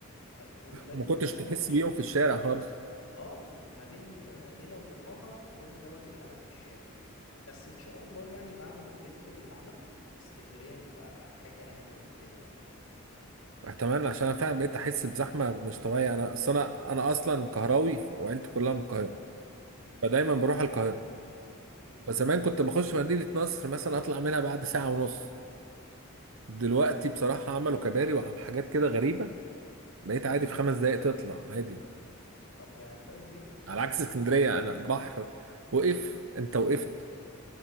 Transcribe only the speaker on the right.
وما
كنتش تحس
بيهم في الشارع خالص
اتمنى عشان انا فعلا بقيت احس بزحمه مش طبيعيه انا اصل انا انا اصلا قهراوي وعيلتي كلها من القاهره
فدايما بروح القاهره
فزمان كنت بخش مدينه نصر مثلا اطلع منها بعد ساعه ونص دلوقتي بصراحه عملوا كباري وحاجات كده غريبه بقيت
عادي في خمس دقائق تطلع عادي
على عكس اسكندريه انا البحر وقف انت وقفت